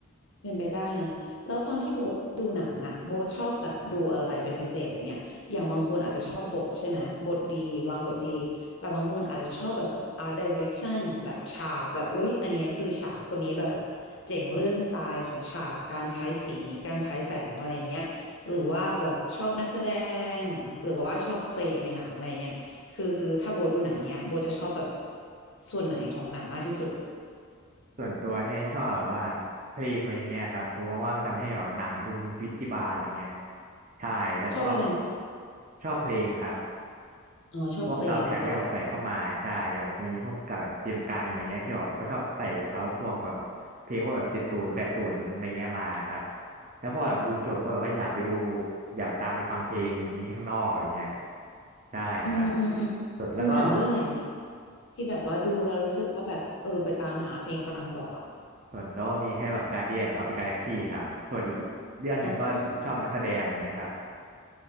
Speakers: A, on the left (about 55°); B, on the right (about 35°).
A: เป็นไปได้นะ แล้วตอนที่โบ๊ทดูหนังอ่ะโบ๊ทชอบแบบดูอะไรเป็นพิเศษอย่างเงี้ยอย่างบางคนอาจจะชอบบทใช่ไหมบทดีวางบทดีแต่บางคนอาจจะชอบแบบ art direction แบบฉากแบบอุ๊ยอันเนี้ยคือฉากคนนี้แบบเจ๋งเรื่องสไตล์ของฉากการใช้สีการใช้แสงอะไรอย่างเงี้ยหรือว่าแบบชอบนักแสดงหรือว่าชอบเพลงในหนังอะไรเงี้ยคือถ้าโบทดูหนังเนี้ยโบทจะชอบแบบส่วนไหนของหนังมากที่สุด
B: ส่วนตัวเนี่ยชอบแบบว่าเพลงอะไรเงี้ยครับผมมองว่ามันทำให้แบบหนังมันดูมีชีวิตชีวาอะไรเงี้ยใช่แล้วก็
A: ชอบอะไรนะ
B: ชอบเพลงครับ
A: อ๋อชอบเพลงประกอบ
B: พวกซาวด์แทร็กที่แบบใส่เข้ามาใช่แบบมีพวกกับแบบเจมส์กันอะไรเงี้ยที่แบบเขาชอบใส่เอาพวกแบบเพลงพวกแบบเจ็ดศูนย์แปดศูนย์อะไรเงี้ยมาครับแล้วพอแบบดูจบก็แบบว่าอยากไปดูอยากตามไปฟังเพลงนี้ข้างนอกอะไรเงี้ยใช่ครับ
A: อืมอืมอืม
B: ส่วนแล้วก็
A: มีหนังเรื่องไหนไหมที่แบบว่าดูแล้วรู้สึกว่าแบบเออไปตามหาเพลงฟังต่ออ่ะ
B: ส่วนโดก็มีแค่แบบกา a เดียนออ the g a ก a x ลกซี่ครับส่วนอีกเรื่องหนึ่งก็ชอบนักแสดงอะไรเงี้ยครับ
A: อ๋อ